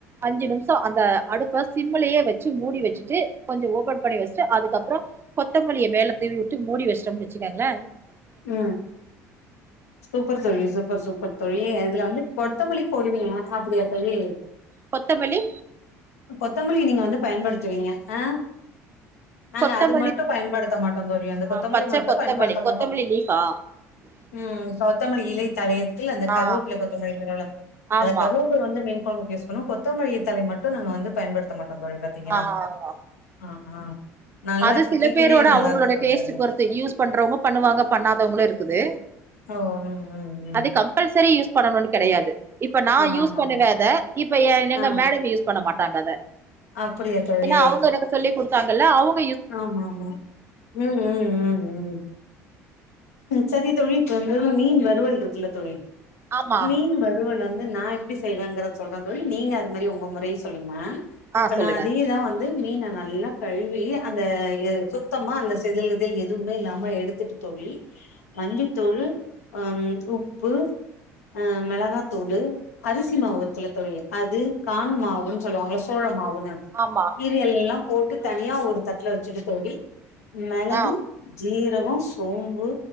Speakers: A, on the right; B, on the left.
A: அஞ்சு நிமிஷோ அந்த அடுப்ப சிம்மலயே வச்சு மூடி வச்சிட்டு கொஞ்சோ ஓபன் பண்ணி வச்சிட்டு அதுக்கப்றோ கொத்தமல்லிய மேல தூவிட்டு மூடி வச்டோம்னு வச்சிக்கோங்க
B: உ சூப்பர் தோழி சூப்பர் சூப்பர் தோழி இதுல வந்து கொத்தமல்லி பொடுவா அப்டியா தோழி
A: கொத்தமல்லி
B: கொத்தமல்லி நீங்க வந்து பயன்படுத்துவீங்க ஆ நாங்க
A: கொத்தமல்லி
B: அது மட்டும் பயன்படுத்த மாட்டோ தோழி அந்த
A: ஆ
B: கொத்தமொல்லி
A: பச்ச
B: மட்டும்
A: கொத்தமல்லி
B: பயன்படுத்த
A: கொத்தமல்லி
B: மாட்டோ
A: லீஃபா
B: ம் கொத்தமல்லி இலை தலையத்தில அந்த
A: ஆ
B: கருவபுள்ள கொத்தமல்லி அதுல
A: ஆமா
B: கருவ வந்து மீன் குழம்புக்கு யூஸ் பண்ணுவோ கொத்தமல்லிதலைய மட்டு நாங்க வந்து பயன்படுத்த மாட்டோ தோழி பாத்தீங்கன்னா
A: ஆ
B: ஆ ஆ நல்லா
A: அது
B: இருக்கு
A: சில
B: கேட்கவே
A: பேரோட
B: நல்லா
A: அவுங்களோட
B: இருக்கு தோழி
A: டேஸ்ட்
B: அந்த
A: பொறுத்து யூஸ் பண்றவங்க பண்ணுவாங்க பண்ணாதவங்களு இருக்குது
B: ஓ ம் ம்
A: அது
B: ம்
A: கம்பல்சரி யூஸ் பண்ணும்னு கிடையாது இப்ப நா
B: ஆ
A: யூஸ்
B: ஆமா
A: பண்ணுனத
B: தோழி
A: ஏ எங்க
B: ஆ
A: மேடம் யூஸ் பண்ண மாட்டாங்க அத
B: அப்படியா தோழி
A: ஏன்னா அவுங்க எனக்கு சொல்லிக் கொடுத்தாங்க இல்ல அவுங்க
B: ஆமா ஆமா ம் ம் ம் ம் செரி தோழி இப்ப வந்து மீன் வறுவல் இருக்குல்ல தோழி
A: ஆமா
B: மீன் வறுவல் வந்து நா எப்படி செய்வேங்கறத சொல்றே தோழி நீங்க அது மாதிரி உங்க முறை சொல்லுங்க
A: ஆ
B: அப்ப
A: சொல்லுங்க
B: நா அதே தா வந்து மீனை நல்லா கழுவி அந்த சுத்தமா அந்த செதில்கிதில் எதுவுமே இல்லாம எடுத்துட்டு தோழி மஞ்சத்தூளு ம் உப்பு ஆ மிளகாத்தூளு அரிசி மாவு இருக்குல்ல தோழி அது காண் மாவுன்னு சொல்லுவாங்களா சோள மாவுன்னு
A: ஆமா
B: இது எல்லா போட்டு தனியா ஒரு தட்டுல வச்சிட்டு தோழி மிளகு
A: ஆ
B: ஜீரகம் சோம்பு